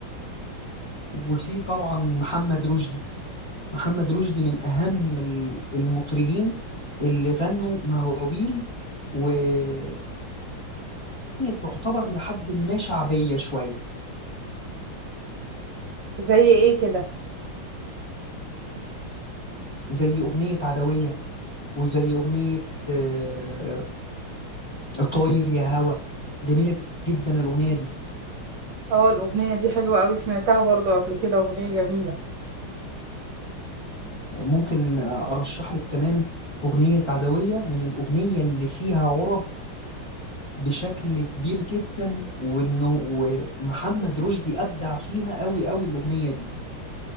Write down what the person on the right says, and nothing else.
زي ايه كده
اه الأغنية دي حلوة أوي سمعتها برضو قبل كده أغنية جميلة